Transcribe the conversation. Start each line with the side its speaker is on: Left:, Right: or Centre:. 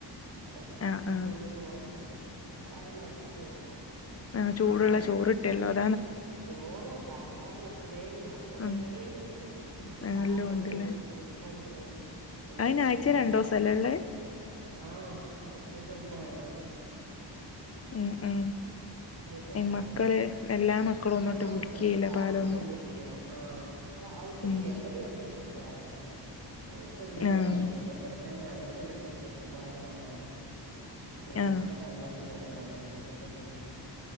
Right: ഇപ്പൊ പിന്നെ
Left: ആഹ്
Right: സ്‌കൂൾന്ന്
Left: ആഹ്
Right: വരുമ്പോ ചോറപ്പണ്ട്. കൊട്ടാര മാറ്റി ചേർത്തു
Left: ആ ചൂടുള്ള ചോറി ട്ടില്ല
Right: ചോറും സാമ്പാറും ഉപ്പേരി മറത്തോടല്ലേത്
Left: ഉം
Right: കിട്ടും
Left: ആ
Right: പാലുണ്ട്
Left: എല്ലാം ഉണ്ടല്ലേ
Right: മുട്ടുണ്ട് എല്ലാം
Left: അയിന്
Right: കൊന്തുണ്ട്
Left: ആഴ്ച രണ്ടോസല്ലേ ഉള്ളേ
Right: ആഹ് ആഴ്ചെൽ ര ആ രണ്ട് ദിവസം
Left: ഉം ഉം
Right: ട്ടല്ല
Left: മക്കള് എല്ലാ മക്കളും
Right: നമ്മളെ
Left: ഒന്നിട്ട്
Right: മക്കക്ക്
Left: കുടിക്കുകയില്ല
Right: ഇപ്പൊ
Left: പാലൊന്നും
Right: ആവശ്യംന്നുംല്ല ആ ഇപ്പ ആവശ്യല്ല
Left: ഉം
Right: ഇങ്ങോട് കൊണ്ടു പോല വാലക്ക ഓർക്കൊന്നും വലിയ
Left: ആഹ്
Right: ആവശ്യം ഇില്ല ഇവിടെത്തന്നെ ഞങ്ങൾ പിന്നെ സൊ സൈറ്റി പാല് വാങ്ങൂ. പിന്നെ
Left: ആഹ്
Right: മുട്ട കള്ളർച്ചു കൊട ുണ്ട് പിന്നെപ്പ എന്തിനും